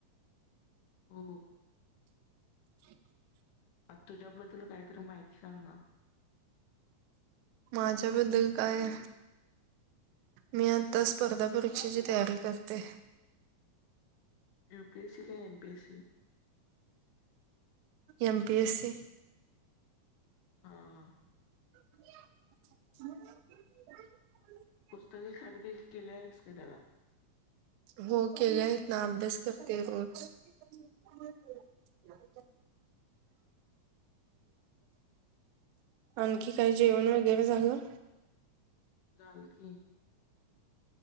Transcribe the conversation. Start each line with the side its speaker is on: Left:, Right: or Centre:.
Left: <inaudible>
Right: <unintelligible>
Left: तुझ्याबद्दल काहीतरी माहिती सांग ना.
Right: माझ्याबद्दल काय? मी आता स्पर्धा परीक्षेची तयारी करते.
Left: युपीएससी का एमपीएससी.
Right: MPSC.
Left: हा हा
Right: <unintelligible>
Left: पुस्तके खरेदी केली आहेस काय त्याला
Right: हो केली आहेत ना अभ्यास करते रोज. होय की <inaudible> आणखी काय जेवण वगैरे झालं.
Left: झालं की.